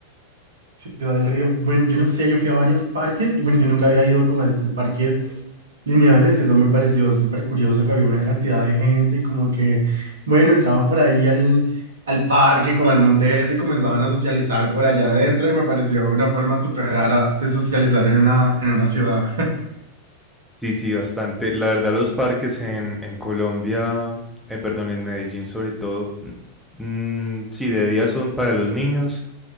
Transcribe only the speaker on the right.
Ciudad del Río. Bueno, yo no sé, yo fui a varios parques y bueno, yo nunca había ido como a estos parques lineales y eso me pareció súper curioso que había una cantidad de gente y como que, bueno, entraban por ahí al, al parque, como al monte ese y comenzaban a socializar por allá adentro y me pareció una forma súper rara de socializar en una, en una ciudad.